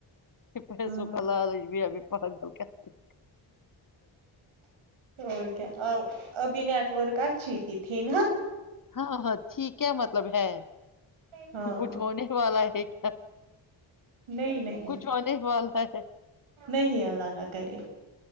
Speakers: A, on the left (about 45°); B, on the right (about 85°).
A: یہ پیسوں
B: ہاں
A: کا لالچ بھی ابھی پاگل چ <inaudible>
B: اور ابھی نیٹ ورکہ چ ت تھییں
A: ہاں ہاں ٹھیک ہے مطلب ہے
B: ہاں
A: کچھ ہونے والا ہے کیا
B: نہیں نہیں
A: کچھ ہونے والا ہے
B: نہیں اللہانا کرے